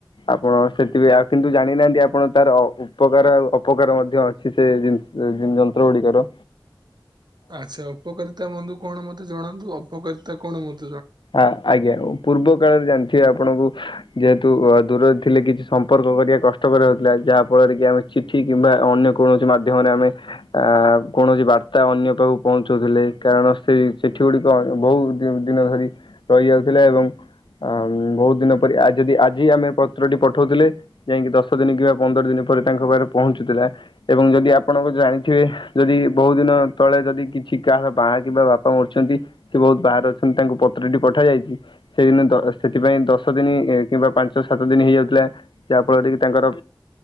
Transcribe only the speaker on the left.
ଆପଣ ସେଥିପାଇଁ ଆଉ କିନ୍ତୁ ଜାଣିନାହାନ୍ତି ଆପଣ ତାର ଉପକାର ଆଉ ଅପକାର ମଧ୍ୟ ଅଛି ସେ ଜିନିଷ ଜି ଯନ୍ତ୍ର ଗୁଡ଼ିକର।
ଆଁ ଆଜ୍ଞା ପୂର୍ବ କାଳରେ ଜାଣି ଥିବେ ଆପଣଙ୍କୁ ଯେହେତୁ ଦୂରରେ ଥିଲେ କିଛି ସମ୍ପର୍କ କରିବା କଷ୍ଟକର ହଉଥିଲା ଯାହା ଫଳରେ କି ଆମେ ଚିଠି କିମ୍ବା ଅନ୍ୟ କୌଣସି ମାଧ୍ୟମରେ ଆମେ ଆ କୌଣସି ବାର୍ତ୍ତା ଅନ୍ୟ ପାଖକୁ ପହଞ୍ଚଉଥିଲେ। କାରଣ ସେ ଚିଠି ଗୁଡ଼ିକ ବହୁ ଦିନ ଦିନ ଧରି ରହିଯାଉଥିଲା ଏବଂ ଆ ବହୁତ ଦିନ ପରି ଯଦି ଆଜି ଆମେ ପତ୍ରଟି ପଠଉଥିଲେ ଯାଇଙ୍କି ଦଶ ଦିନ କିମ୍ବା ପନ୍ଦର ଦିନ ପରେ ତାଙ୍କ ପାଖରେ ପହଞ୍ଚୁଥିଲା ଏବଂ ଯଦି ଆପଣଙ୍କ ଜାଣିଥିବେ ଯଦି ବହୁ ଦିନ ତଳେ ଯଦି କି ଛି କାହାର ବାହା କିମ୍ବା ବାପା ମରିଛନ୍ତି ସେ ବହୁତ ବାହାରେ ଅଛନ୍ତି ତାଙ୍କୁ ପ ପ୍ରିଣ୍ଟି ପଠାଯାଇଛି ସେଦିନ ଦ ସେଥିପାଇଁ ଦଶ ଦିନ କିମ୍ବା ପାଞ୍ଚ ସାତ ଦିନ ହେଇଯାଇଥିଲା ଯହାଫଳରେ କି ତାଙ୍କର